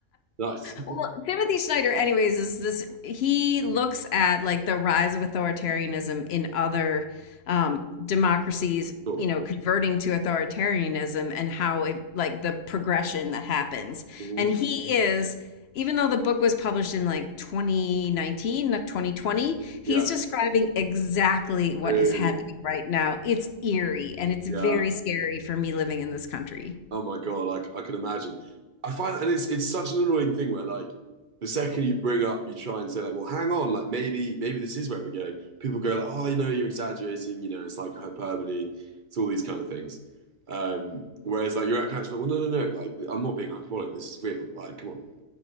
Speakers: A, on the right; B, on the left.
A: Nice,
B: Well, Timothy Snyder, anyways, is this he looks at like the rise of authoritarianism in other um, democracies,
A: cool,
B: you know, converting to authoritarianism and how it like the progression that happens.
A: hmm
B: And he is, even though the book was published in like 2019, not 2020, he's
A: yeah,
B: describing exactly what
A: really,
B: is happening right now. It's eerie and it's
A: yeah.
B: very scary for me living in this country.
A: Oh my God, like I can imagine. I find and it's it's such an annoying thing where like the second you bring up, you try and say like, well, hang on, like maybe maybe this is where we're going. People go like, oh, you know, you're exaggerating, you know, it's like hyperbole, it's all these kind of things. Um, whereas like you're at catch, well, no, no, no, like I'm not being hyperbolic. This is real. Like, come on.